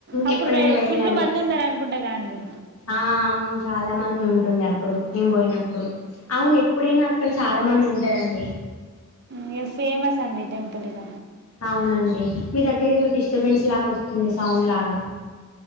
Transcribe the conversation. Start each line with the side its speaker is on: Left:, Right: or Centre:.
Right: అప్పుడు
Left: ఎప్పుడైనా
Right: రే
Left: వెళ్ళాలి
Right: ఫుల్ మంది ఉన్నారనుకుంటా కదండి
Left: ఆ అవును చాలా మంది ఉంటుండే అప్పుడు మేము పోయినప్పుడు అవునెప్ ఇప్పుడేనా అక్కడ చాలా మంది ఉంటారండి
Right: ఇ ఏ ఫేమస్ అండి ఈ టెంపుల్ ఇగ
Left: అవునండి మీ దగ్గర ఏదో డిస్టర్బెన్స్ లాగా వస్తుంది సౌండ్ లాగా